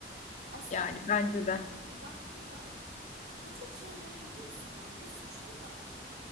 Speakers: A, on the right; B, on the left.
A: Aslında
B: Yani
A: dizilere
B: bence de.
A: dediğin gibi baktığında birçok şey öğrenebiliyorsun yani bir sürü şey var